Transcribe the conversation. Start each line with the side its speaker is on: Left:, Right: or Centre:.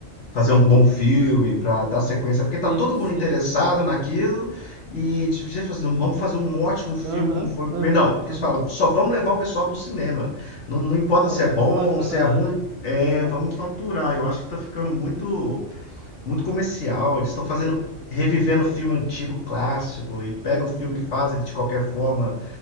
Left: fazer um bom filme, para dar sequência, porque tá
Right: Sim,
Left: todo
Right: sim.
Left: mundo interessado naquilo e devia fazer, um, vamos fazer um ótimo filme
Right: Aham,
Left: como foi o primeiro.
Right: aham,
Left: Não, eles
Right: aham.
Left: falam, só vamos levar o pessoal pro cinema. Não, não importa
Right: Só
Left: se
Right: vamos
Left: é bom,
Right: faturar,
Left: se é ruim,
Right: né?
Left: é,
Right: Exato.
Left: vamos faturar. Eu acho que tá ficando muito muito comercial. Eles estão fazendo revivendo o filme antigo clássico e pega o
Right: Uhum.
Left: filme e faz ele de qualquer forma